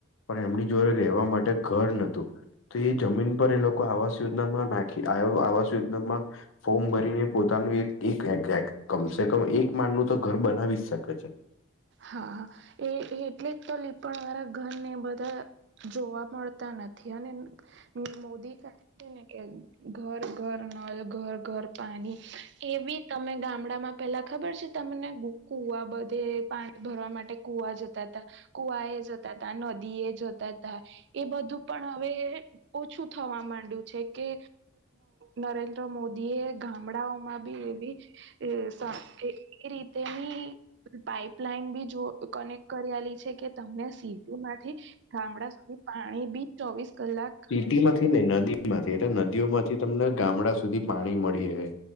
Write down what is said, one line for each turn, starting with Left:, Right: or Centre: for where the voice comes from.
Left: પણ એમની જોડે રહેવા માટે ઘર નતુ તો એ જમીન પર એ લોકો આવાસ યોજનામાં નાખી આવાસ યોજનામાં ફોર્મ ભરીને પોતાનું એક કમસે કમ એક માનનું તો ઘર બનાવી જ શકે છે.
Right: હા એ એટલે જ તો લીપણ વારા ઘરને બધા જોવા મળતા નથી અને મોદી કને કે ઘર ઘર નલ ઘર ઘર પાણી એ બી તમે ગામડામાં. પેલા ખબર છે, તમને ગુકુ આ બધે પાણી ભરવા માટે કુવા જતા હતા કુવા એ જતા હતા નદી એ જતા તા એ બધું પણ હવે ઓછું થવા માંડ્યું છે, કે નરેન્દ્ર મોદી એ ગામડાઓમાં બી એવી એ રીતેની પાપ લાઈન બી જો કનેક્ટ કરેલી છે. કે તમને સીધમાંથી ગામડા સુધી પાણી બી ચોવીસ કલાક
Left: ટી માંથી ને નદીમાંથી એટલે નદીઓમાંથી તમને ગામડા સુધી પાણી મળી રહે